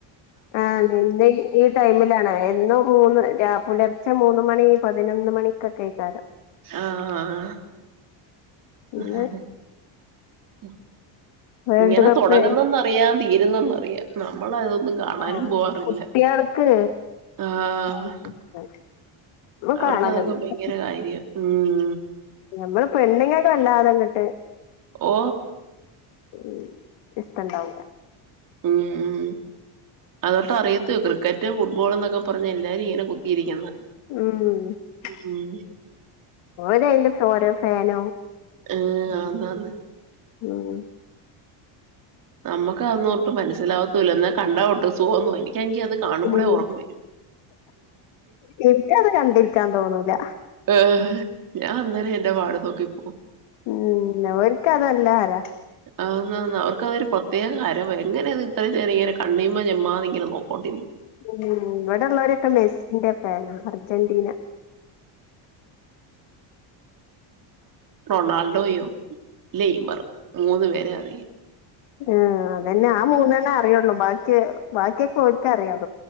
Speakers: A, on the left; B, on the right.
A: ആഹ് എ ഈ ടൈമിലാണ് എന്നും മൂന്ന് രാ പുലർച്ചെ മൂന്ന് മണി പതിനൊന്ന് മണിക്കൊക്കെക്കാരം
B: ആഹ് ഹ
A: ഇന്ന്
B: ഹ ഹ ഉം
A: വേൾഡ്
B: ഇങ്ങനെ
A: കപ്പ്
B: തുടങ്ങുന്നന്നറിയാം തീരുന്നന്നറിയാം നമ്മൾ അതൊന്നും കാണാനും
A: ആ
B: പോവാറില്ല
A: കുട്ടികൾക്ക്
B: ആഹ്
A: ഒന്നും
B: അവർക്ക്
A: കാണലൊന്നുല്ല
B: അതൊക്കെ ഭയങ്കര കാര്യാ ഉം
A: നമ്മള് പെണ്ണിങ്ങക്കെ വല്ലാതങ്ങോട്ട്
B: ഓ
A: ഉം ഇഷ്ടം ഉണ്ടാവൂല
B: ഉം ഉം അതോട്ട് അറിയത്ത ക്രിക്കറ്റ് ഫുട്ബോൾ എന്നൊക്കെ പറഞ്ഞഞ് എല്ലാരും ഇങ്ങനെ കുത്തിയിരിക്കുന്ന
A: ഉം
B: ഉം
A: ഓൻ അതിന്റെ ഓരോ ഫാന
B: ആഏ അതന്ന്
A: ഉം
B: നമ്മുക് അതൊന്നുട്ട മനസ്സിലാകത്തൂല്ല എന്നാ കണ്ടോ സുഖന്നു എനി എനിക്ക് അത് കാണുമ്പോളേ
A: ഉം
B: ഉറക്കം വരും
A: എനിക്കത് കണ്ടിരിക്കാൻ തോന്നൂല
B: ആഹ ഞാൻ അന്നേരം എന്റെ പാട് നോക്കിപ്പോകും
A: ഉം ഓര്ക്കത് നല്ല ഹരാ
B: ആ അവർക്കതൊരു പ്രത്യേക കഹരമാണ് എങ്ങനെത് ഇങ്ങന കണ്ണീമ ജമ്മാതിങ്ങനെ നോക്കോണ്ട്
A: ഉം ഇവടള്ളോരക്ക മെസ്സീന്റ പാന അർജന്റീന.
B: റൊണാൾഡോയോ ലെയ്ബർ മൂന്ന് പേരെ അറിയ
A: ആഹ് അതന്നെ ആ മൂന്നണ്ണേ അറിയുള്ളൂ ബാക്കി ബാക്കിയക്ക ഓര് എനിക്കറിയാം.